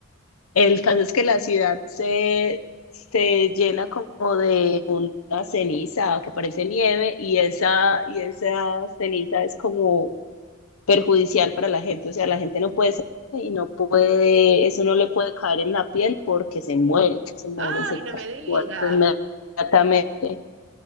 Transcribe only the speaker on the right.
ay,
no
me digas.